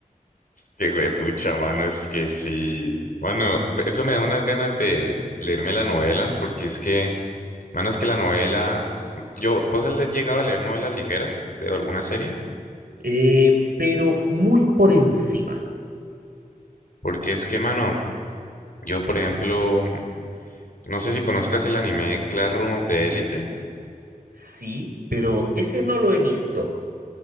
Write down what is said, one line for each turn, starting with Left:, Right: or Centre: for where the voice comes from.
Left: Qué pucha, mano, es que sí. Mano, eso me da unas ganas de leerme la novela, porque es que, mano, es que la novela, yo, ¿vos has le- llegado a leer novelas ligeras de alguna serie?
Right: Eh, pero muy por encima,
Left: Porque es que, mano, yo, por ejemplo, No sé si conozcas el anime Classroom of the Elite.
Right: sí, pero ese no lo he visto,